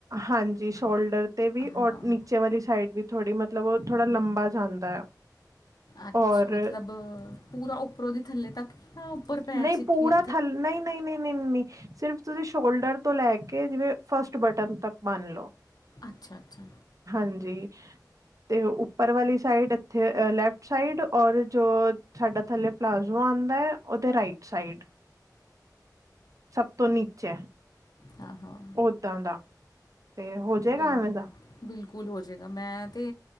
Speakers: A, on the right; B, on the left.
A: ਹਾਂਜੀ ਸ਼ੋਲਡਰ ਤੇ ਵੀ
B: ਹਾਂ
A: ਔਰ ਨੀਚੇ ਵਾਲੀ ਸਾਈਡ ਵੀ ਥੋੜ੍ਹੀ ਮਤਲਬ ਓ ਥੋੜ੍ਹਾ ਲੰਬਾ ਜਾਂਦਾ।
B: ਅੱਛਾ
A: ਔਰ
B: ਮਤਲਬ ਪੂਰਾ ਉੱਪਰੋਂ ਦੀ ਥੱਲੇ ਤੱਕ ਜਾਂ ਉੱਪਰ ਪੈ
A: ਨਈ
B: 'ਚ
A: ਪੂਰਾ
B: ਕਿ
A: ਥੱਲੇ ਈ ਨਈ। ਨਈ-ਨਈ-ਨਈ ਸਿਰਫ ਤੁਸੀਂ ਸ਼ੋਲਡਰ ਤੋਂ ਲੈ ਕੇ ਜਿਵੇਂ ਫਸਟ ਬਟਨ ਤੱਕ ਮੰਨ ਲਓ।
B: ਅੱਛਾ-ਅੱਛਾ
A: ਹਾਂਜੀ ਤੇ ਉੱਪਰ ਵਾਲੀ ਸਾਈਡ ਇੱਥੇ ਲੈਫਟ ਸਾਈਡ ਔਰ ਜੋ ਸਾਡਾ ਥੱਲੇ ਪਲਾਜ਼ੋ ਆਂਦਾ ਓਦੇ ਰਾਈਟ ਸਾਈਡ ਸਭ ਤੋਂ ਨੀਚੇ
B: ਹਾਂ-ਹਾਂ।
A: ਓਦਾਂ ਦਾ ਤੇ ਹੋ ਜਾਏਗਾ
B: ਕੋਈ ਨਹੀਂ
A: ਐਵੇਂ ਦਾ
B: ਬਿਲਕੁਲ ਹੋ ਜਾਏਗਾ ਮੈਂ ਤੇ